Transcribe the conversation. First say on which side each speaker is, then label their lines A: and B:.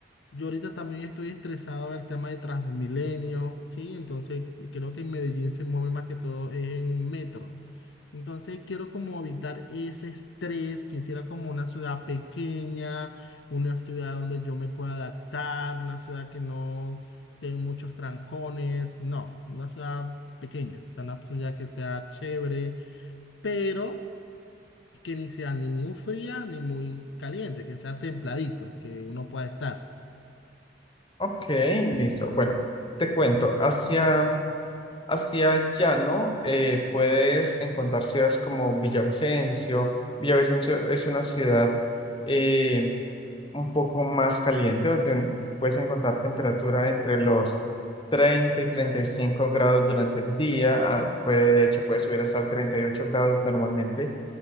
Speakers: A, on the left; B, on the left.
A: Yo ahorita también estoy estresado del tema de Transmilenio, ¿sí? Entonces creo que en Medellín se mueve más que todo es en metro. Entonces quiero como evitar ese estrés, quisiera como una ciudad pequeña, una ciudad donde yo me pueda adaptar, una ciudad que no tenga muchos trancones, no, una ciudad pequeña, o sea, una ciudad que sea chévere, pero que ni sea ni muy fría ni muy caliente, que sea templadito, que uno pueda estar.
B: Ok, listo. Bueno, te cuento. Hacia, hacia el llano eh, puedes encontrar ciudades como Villavicencio. Villavicencio es una ciudad eh, un poco más caliente, donde puedes encontrar temperatura entre los 30 y 35 grados durante el día. ah, Puede, de hecho, puede subir hasta 38 grados normalmente.